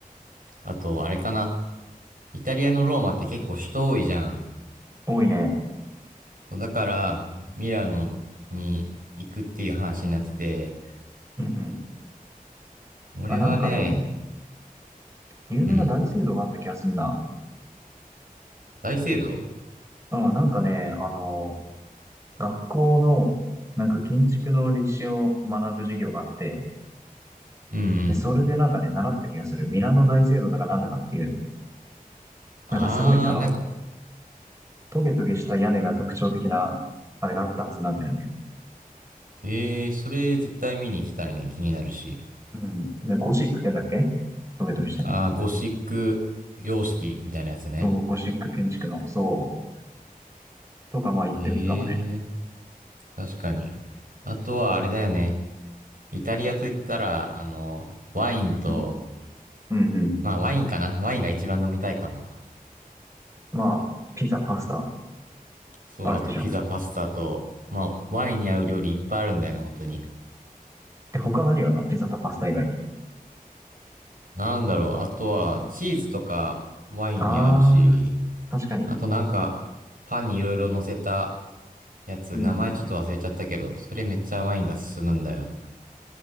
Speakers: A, on the right; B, on the right.
A: あと、あれかな。イタリアのローマって結構人多いじゃん。
B: 多いね。
A: そうだから、ミラノに行くっていう話になってて、
B: うんうん。
A: 俺はね、
B: あ、なんかね、有名な大聖堂があった気がすんな。
A: うん。大聖堂
B: うん、なんかね、あの、学校の、なんか建築の歴史を学ぶ授業があって、
A: うんうん。
B: で、それでなんかね、習った気がする。ミラノ大聖堂だかなんだかっていう、
A: あー、
B: なんかすごい、あの、
A: なんか、
B: トゲトゲした屋根が特徴的な、あれがあったはずなんだよね。
A: えー、それ絶対見に行きたいね。気になるし。
B: うん。でゴシックって言うんだっけトゲトゲしてんだ。
A: あー、ゴシック様式みたいなやつね。
B: そう、ゴシック建築の、そう、とかまあ言ってもいいかもね。
A: えー、確かに。あとはあれだよね。イタリアと言ったら、あの、ワインと、
B: うん。うんうん。
A: まあワインかな。ワインが一番飲みたいかも。
B: まあ、ピザ、パスタ、
A: そう、
B: あるでしょ。
A: あとピザ、パスタと、まあワインに合う料理いっぱいあるんだよね、本当に。
B: え、他何があるのピザとパスタ以外に。
A: なんだろう。あとは、チーズとかワインに合うし、
B: あー、確かに。
A: あとなんか、パンにいろいろ乗せたやつ、
B: うん。
A: 名前ちょっと忘れちゃったけど、それめっちゃワインが進むんだよ。